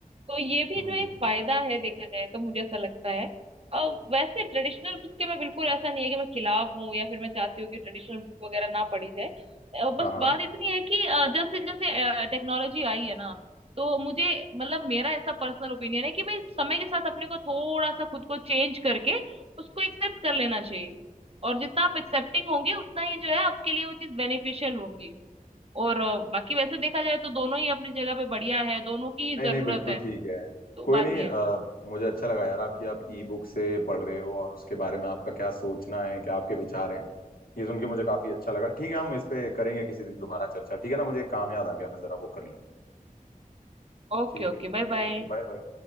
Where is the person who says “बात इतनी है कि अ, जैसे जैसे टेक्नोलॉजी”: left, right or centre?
Right